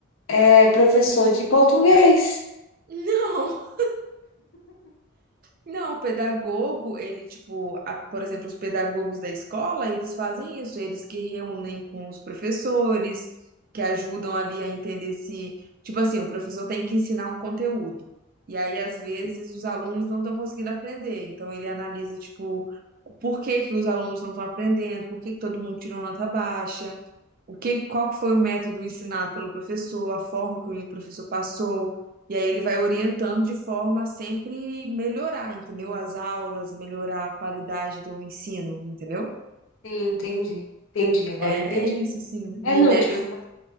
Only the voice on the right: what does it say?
Não! Não, o pedagogo, ele, tipo, a- por exemplo, os pedagogos da escola, eles fazem isso, eles que reúnem com os professores, que ajudam ali a entender se, tipo assim, o professor tem que ensinar um conteúdo. E aí, às vezes, os alunos não estão conseguindo aprender. Então, ele analisa, tipo, por que que os alunos não estão aprendendo, por que que todo mundo tirou nota baixa, o que, qual que foi o método ensinado pelo professor, a forma que o professor passou. E aí ele vai orientando de forma a sempre melhorar, entendeu? As aulas, melhorar a qualidade do ensino, entendeu?
É,
é isso, assim.
Me,
me-
eu-